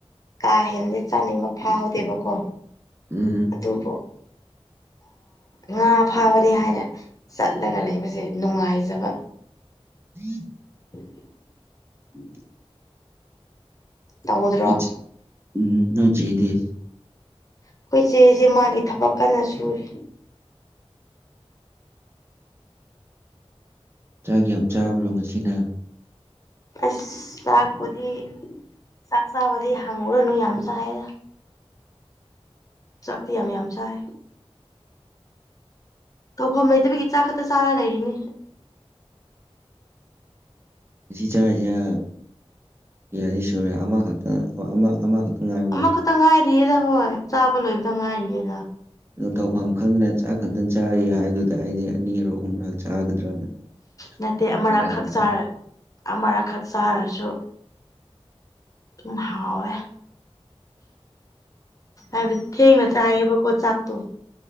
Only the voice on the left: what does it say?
ꯀꯥ ꯍꯦꯂꯗꯤ ꯆꯥꯅꯤꯡꯕ ꯐꯥꯎꯍꯗꯦꯕꯀꯣ
ꯇꯞ ꯉꯥ ꯐꯥꯕꯅꯤ ꯍꯥꯏꯅ ꯆꯠꯂꯒ ꯂꯩꯕꯁꯦ ꯅꯨꯡꯉꯥꯏꯖꯕ
<unintelligible>
ꯇꯧꯗ꯭ꯔꯣ
ꯑꯩꯈꯣꯏ ꯆꯦꯁꯦ ꯃꯥꯒꯤ ꯊꯕꯛ ꯀꯟꯅ ꯁꯨꯔꯦ
ꯑꯁ ꯆꯥꯛꯄꯨꯗꯤ ꯆꯥꯛ ꯆꯥꯕꯗꯤ ꯍꯥꯡꯉꯨꯔꯅꯨ ꯌꯥꯝ ꯆꯥꯏꯗ ꯆꯠꯊꯤ ꯌꯥꯝ ꯌꯥꯝ ꯆꯥꯏ ꯇꯧꯐꯝ ꯍꯩꯗꯕꯤꯒꯤ ꯆꯥꯛ ꯈꯛꯇ ꯆꯥꯔ ꯂꯩꯔꯤꯅꯤ
ꯑꯃꯈꯛꯇ ꯉꯥꯏꯔꯤꯌꯦꯗ ꯍꯣꯏ ꯆꯥꯕ ꯂꯣꯏꯕꯗ ꯉꯥꯏꯔꯤꯌꯦꯗ
ꯅꯠꯇꯦ
ꯑꯃꯔꯛꯈꯛ ꯆꯥꯔ ꯑꯃꯔꯛꯈꯛ ꯆꯥꯔꯁꯨ ꯍꯅ ꯍꯥꯎꯑꯣꯦ ꯑ ꯊꯦꯡꯅ ꯆꯥꯕ ꯀꯣ ꯆꯥꯛ ꯇꯣ